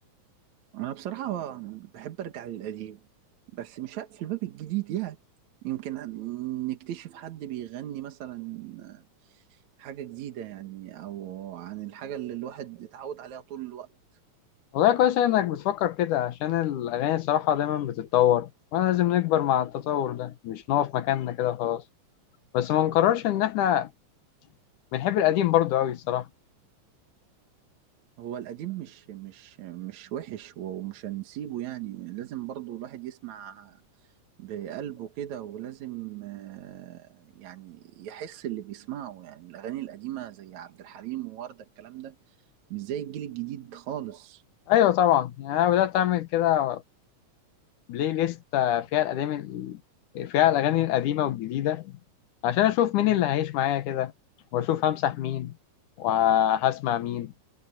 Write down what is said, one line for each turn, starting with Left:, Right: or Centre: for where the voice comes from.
Right: انا بصراحه بحب ارجع للقديم بس مش هقفل باب الجديد يعني يمكن نكتشف حد بيغني مثلا حاجه جديده يعني او عن الحاجه اللي الواحد اتعود عليها طول الوقت
Left: والله كويس إنك بتفكر كده عشان الأغاني الصراحة دايما بتتطور وأنا لازم نكبر مع التطور ده مش نقف مكاننا كده خلاص بس ما نقررش إن إحنا بنحب القديم برضه أوي الصراحة
Right: هو القديم مش مش مش وحش ومش هنسيبه يعني لازم برضو الواحد يسمع بقلبه كده ولازم آه، يعني يحس اللي بيسمعه يعني الأغاني القديمة زي عبد الحليم ووردة الكلام ده مش زي الجيل الجديد خالص
Left: أيوة طبعا يعني أنا بدأت أعمل كده بلاي ليست فيها الأغاني فيها الأغاني القديمة والجديدة عشان أشوف مين اللي هيعيش معايا كده وأشوف همسح مين وهسمع مين